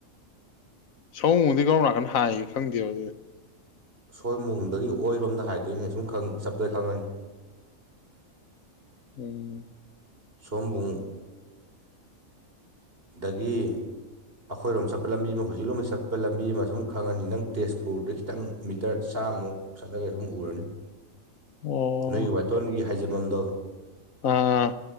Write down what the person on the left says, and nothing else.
ꯁꯑꯣꯝꯕꯨꯡꯗꯩꯩ ꯀꯔꯣꯝ ꯅꯥꯀꯟ ꯍꯥꯏꯒꯦ ꯈꯪꯗꯦꯕ ꯑꯗꯨꯗꯣ
ꯎꯝ
ꯑꯣ
ꯑꯥ